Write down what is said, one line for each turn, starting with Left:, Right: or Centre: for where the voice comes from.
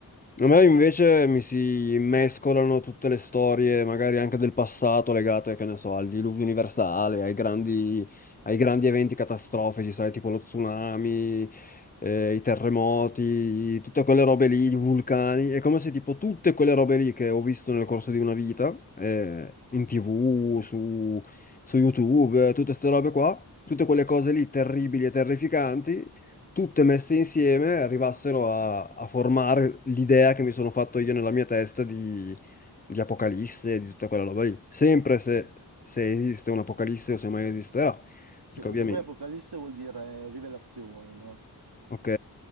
Left: A me invece mi si mescolano tutte le storie, magari anche del passato, legate, che ne so, al diluvio universale, ai grandi, ai grandi eventi catastrofici, sai, tipo lo tsunami, eh, i terremoti, tutte quelle robe lì, i vulcani. È come se tipo tutte quelle robe lì che ho visto nel corso di una vita, eh, in TV, su, su YouTube, eh, tutte queste robe qua, tutte quelle cose lì terribili e terrificanti tutte messe insieme arrivassero a, a formare l'idea che mi sono fatto io nella mia testa di, di Apocalisse e di tutta quella roba lì. Sempre se,
Right: No.
Left: se esiste un Apocalisse o se mai esisterà,
Right: Sì,
Left: perché
Right: perché
Left: ovviamente,
Right: poi Apocalisse vuol dire rivelazione, no?
Left: ok?